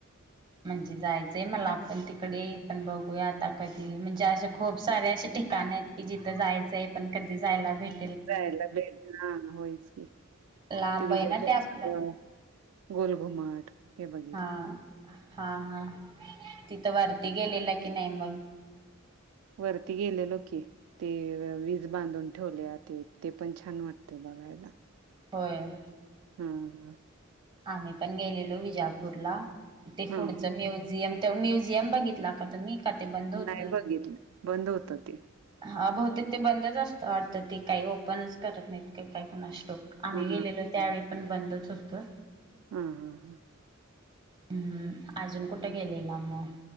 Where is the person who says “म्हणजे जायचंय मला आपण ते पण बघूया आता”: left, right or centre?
Right